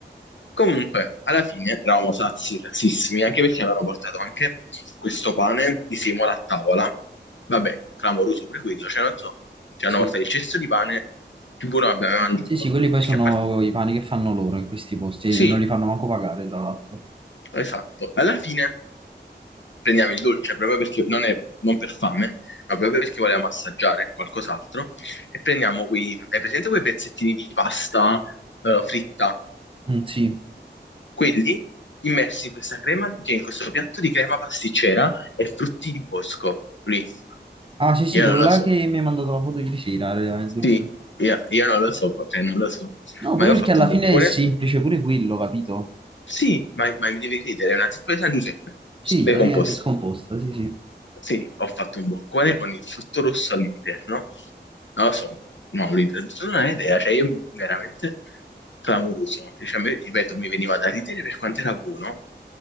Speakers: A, on the left; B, on the right.
A: Comunque, alla fine eravamo sazi, razzissimi, anche perché avevano portato anche questo pane di semola a tavola. Vabbè, clamoroso pure quello, cioè non so, ci
B: sì.
A: hanno portato il cesto di pane più buono che abbiamo mai mangiato,
B: Sì, sì, quelli poi
A: perché
B: sono
A: a parte...
B: i pani che fanno loro in questi posti
A: Sì,
B: e non li fanno manco pagare, tra l'altro.
A: esatto. Alla fine prendiamo il dolce proprio perché non è non per fame, ma proprio perché volevamo assaggiare qualcos'altro e prendiamo quei, hai presente quei pezzettini di pasta eh, fritta?
B: Mm, sì.
A: Quelli immersi in questa crema, cioè in questo piatto di crema pasticcera e frutti di bosco. Lì,
B: Ah, sì, sì,
A: io
B: quello
A: non lo
B: là
A: so.
B: che mi ha mandato la foto ieri sera, era il dolce.
A: Sì, io, io non lo so, cioè non lo so.
B: No, proprio
A: Ma io ho fatto
B: perché alla
A: un boccone?
B: fine è semplice pure quello, capito?
A: Sì, ma, ma mi devi credere, è una zeppa di San Giuseppe,
B: Sì,
A: decomposta.
B: praticamente è scomposta, sì, sì.
A: Sì, ho fatto un boccone con il frutto rosso all'interno. Non lo so, no, all'interno non ho idea, cioè io veramente clamoroso. Cioè, a me, ripeto, mi veniva da ridere per quanto era buono,